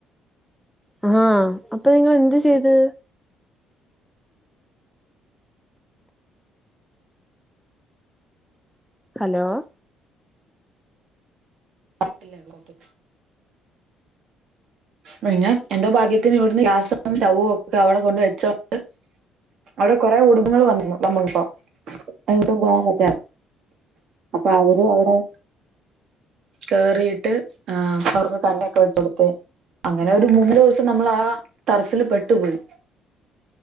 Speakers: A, in the centre; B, on the right.
A: ആഹ് അപ്പൊ നിങ്ങള് എന്ത്‌ ചെയ്ത് ഹലോ
B: കിട്ടില്ലേ ക്ലോക്കെ പിന്നെ എന്റെ ഭാഗ്യത്തിന് ഇവിടുന്ന് ഗ്യാസും സ്റ്റവും ഒക്കെ അവിടെ കൊണ്ട് വെച്ചകൊണ്ട് അവിടെ കുറേ കുടുംബങ്ങൾ വന്നു വന്ന് കേട്ടോ അങ്ങോട്ടും പോകാൻ പറ്റ അപ്പൊ അവര് അവിടെ കേറിയിട്ട് ആ അവർക്ക് കല്ലൊക്കെ വച്ച് കൊടുത്ത് അങ്ങനെ ഒരു മൂന്ന് ദിവസം നമ്മള് ആ ടെറസ്സില് പെട്ടുപോയി